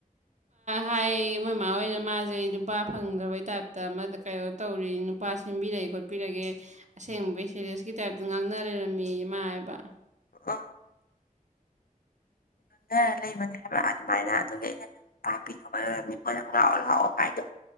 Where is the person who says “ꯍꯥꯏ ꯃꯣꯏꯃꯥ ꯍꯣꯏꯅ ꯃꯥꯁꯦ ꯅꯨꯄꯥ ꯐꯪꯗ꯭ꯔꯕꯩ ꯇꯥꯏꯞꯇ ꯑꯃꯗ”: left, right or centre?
Right